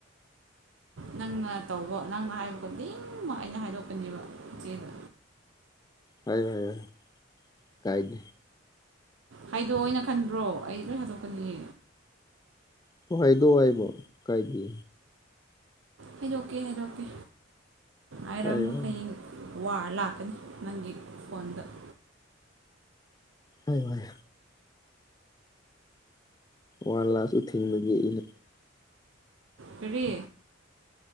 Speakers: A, on the right; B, on the left.
A: ꯅꯪꯅ ꯇꯧꯕ ꯅꯪꯅ ꯍꯥꯏꯕ ꯈꯨꯣꯗꯤꯡꯃꯛ ꯑꯩꯅ ꯍꯥꯏꯗꯣꯛꯀꯅꯦꯕ ꯏꯆꯦꯗꯣ
B: ꯍꯥꯏꯌ ꯍꯥꯏꯌꯣ ꯍꯥꯏꯌ ꯀꯥꯏꯗ
A: ꯍꯥꯏꯗꯣꯑꯣ ꯑꯣꯏꯅ ꯈꯟꯕ꯭ꯔꯣ ꯑꯩ ꯂꯣꯏ ꯍꯥꯗꯣꯛꯀꯅꯤ
B: ꯇꯣ ꯍꯥꯏꯗꯣ ꯍꯥꯏꯕ ꯀꯥꯏꯒꯤ
A: ꯍꯥꯏꯩꯗꯣꯛꯀꯦ ꯍꯥꯏꯩꯗꯣꯛꯀꯦ ꯍꯥꯏꯔꯝꯃꯣ
B: ꯍꯥꯏꯌꯣ ꯍꯥꯏꯌꯣ
A: ꯍꯌꯦꯡ ꯋꯥꯔ ꯂꯥꯛꯀꯅꯤ ꯅꯪꯒꯤ ꯐꯣꯟꯗ
B: ꯍꯣꯏ ꯍꯣꯏ ꯋꯥꯟ ꯂꯥꯁ ꯎ ꯊꯤꯡꯕꯒꯤ ꯑꯩꯅ
A: ꯇꯔꯤ